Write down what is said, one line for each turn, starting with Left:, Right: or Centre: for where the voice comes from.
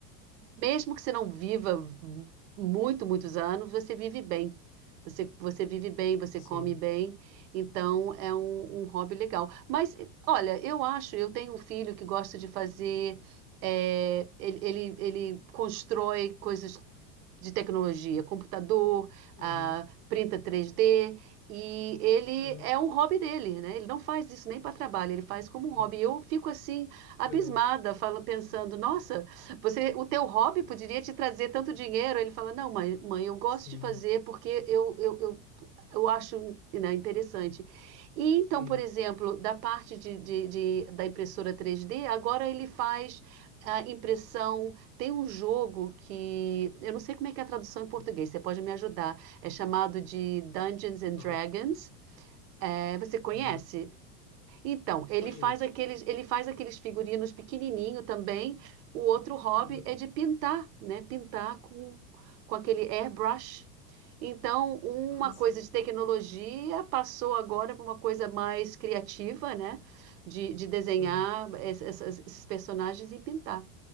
Right: mesmo que você não viva muito, muitos anos, você vive bem. Você, você vive bem, você
Left: sim.
Right: come bem, então é um, um hobby legal. Mas, olha, eu acho, eu tenho um filho que gosta de fazer, é, ele, ele, ele constrói coisas de tecnologia, computador,
Left: Uhum,
Right: ah, printa 3D, e ele
Left: uhum,
Right: é um hobby dele, né? Ele não faz isso nem para trabalho, ele faz como um
Left: uhum,
Right: hobby. Eu fico assim abismada,
Left: que legal.
Right: fala, pensando, nossa, você, o teu hobby poderia te trazer tanto dinheiro. Ele fala, não, mãe, mãe, eu gosto
Left: Sim.
Right: de fazer porque eu, eu, eu eu acho, né, interessante. E então,
Left: Uhum,
Right: por exemplo, da parte de, de- de- da impressora 3D, agora ele faz a impressão. Tem um jogo que eu não sei como é que é a tradução em português.
Left: uhum,
Right: Você pode me ajudar? É chamado de Dungeons and
Left: claro.
Right: Dragons. É, você conhece?
Left: Aham,
Right: Então, ele
Left: Conheço.
Right: faz aqueles, ele faz aqueles figurinos pequenininho também. O outro hobby
Left: Uhum.
Right: é de pintar, né? Pintar com, com aquele airbrush. Então, uma
Left: Ah, sim.
Right: coisa de tecnologia passou agora para uma coisa mais criativa, né? De, de desenhar
Left: Uhum,
Right: es- essas- esses personagens e pintar.